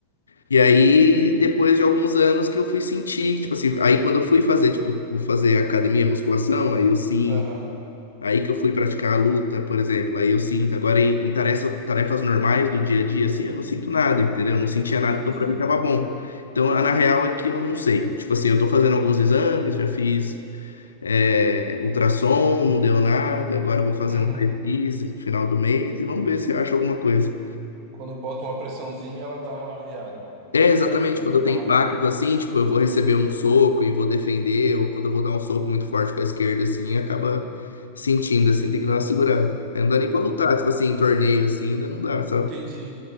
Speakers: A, on the left; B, on the right.
A: E aí, depois de alguns anos que eu fui sentir, tipo assim, aí quando eu fui fazer, tipo, vou fazer academia, musculação, aí eu sim
B: aham,
A: Aí que eu fui praticar a luta, por exemplo. Aí eu sinto. Agora, em, em tarefa- tarefas normais do dia a dia, assim, eu não sinto nada, entendeu? Eu não sentia
B: entendi.
A: nada, então pra mim tava bom. Então, a- na real é que eu não sei. Tipo assim, eu tô fazendo alguns exames, já fiz é, ultrassom, não deu nada. Agora eu vou fazer
B: Uhum.
A: um raio-x no final do mês e vamos ver se eu acho alguma coisa.
B: Quando bota uma pressãozinha, ela dá uma arriada.
A: É, exatamente,
B: O ombro
A: quando
B: dá
A: tem
B: uma
A: impacto
B: arriada.
A: assim, tipo, eu vou receber um soco e vou defender, ou quando eu vou dar um soco muito forte com a esquerda, assim, acaba sentindo, assim, tem que dar uma segurada. Aí não dá nem pra lutar, tipo assim, em torneio, assim, ainda não dá, sabe?
B: Entendi.